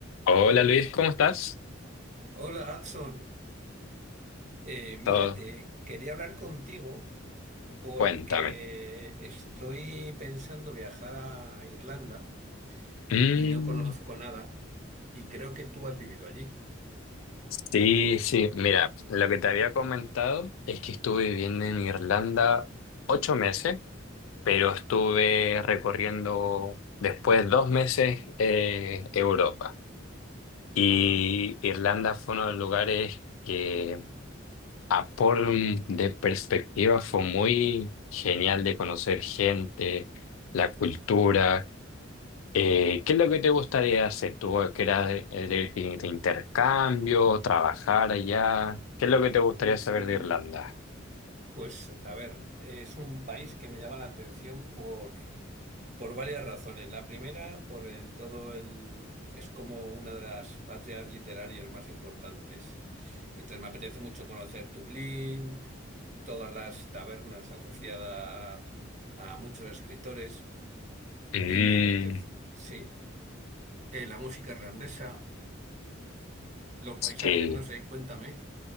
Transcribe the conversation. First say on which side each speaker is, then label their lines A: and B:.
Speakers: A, on the left; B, on the right.
A: Hola Luis, ¿cómo estás?
B: Hola, Adson. Eh, mira,
A: Todo.
B: te quería hablar contigo porque
A: Cuéntame.
B: estoy pensando viajar a Irlanda
A: Mm,
B: y no conozco nada y creo que tú has vivido allí.
A: sí, sí, mira, lo que te había comentado es que estuve viviendo en Irlanda ocho meses, pero estuve recorriendo después dos meses eh, Europa. Y
B: Ajá.
A: Irlanda fue uno de los lugares que a por de perspectiva fue muy genial de conocer gente, la cultura. Eh, ¿qué es lo que te gustaría hacer? ¿Tú querías de, de ir de intercambio, trabajar allá? ¿Qué es lo que te gustaría
B: Mm,
A: saber de Irlanda?
B: pues a ver, es un país que me llama la atención por, por varias razones. La primera, por el todo el, es como una de las patrias literarias más importantes. Entonces me apetece mucho conocer Dublín, todas las tabernas asociadas a muchos escritores
A: Mm,
B: y me apetece, sí, eh, la música irlandesa, los paisajes,
A: sí.
B: no sé, cuéntame.